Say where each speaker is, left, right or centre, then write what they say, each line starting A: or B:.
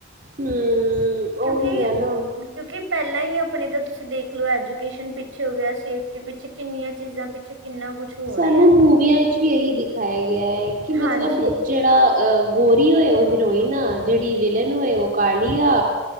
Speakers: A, on the right; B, on the right.
A: ਹਮ
B: ਕਿਉਂਕਿ
A: ਉਹੀ ਹੈ ਨਾ
B: ਕਿਉਂਕਿ ਪਹਿਲਾਂ ਹੀ ਆਪਣੇ ਤਾਂ ਤੁਸੀਂ ਦੇਖ ਲਓ ਐਜੂਕੇਸ਼ਨ ਪਿੱਛੇ ਹੋ ਗਿਆ ਸੇਫਟੀ ਪਿੱਛੇ ਕਿੰਨੀਆਂ ਚੀਜ਼ਾਂ ਪਿੱਛੇ ਕਿੰਨਾ ਕੁਛ ਹੋ
A: ਸਾਨੂੰ
B: ਰਿਹਾ ਹੈ।
A: ਮੂਵੀਆਂ ਵਿੱਚ ਵੀ ਇਹੀ ਦਿਖਾਇਆ ਗਿਆ ਹੈ ਕਿ ਮਤਲਬ
B: ਹਾਂਜੀ
A: ਜਿਹੜਾ ਗੌਰੀ ਹੋਏ ਉਹ ਹੀਰੋਇਨ ਜਿਹੜੀ ਵਿਲਨ ਹੋਏ ਉਹ ਕਾਲੀ ਆ